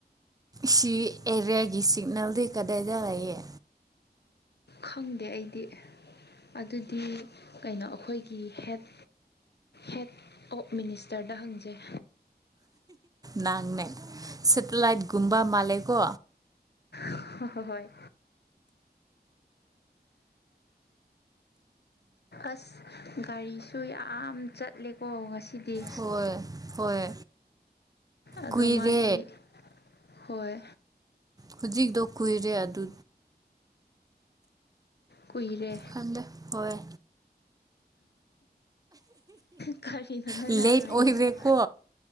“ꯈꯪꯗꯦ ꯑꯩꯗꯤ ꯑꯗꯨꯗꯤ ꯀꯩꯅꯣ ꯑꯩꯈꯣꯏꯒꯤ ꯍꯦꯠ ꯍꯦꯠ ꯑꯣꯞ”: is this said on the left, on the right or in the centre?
Left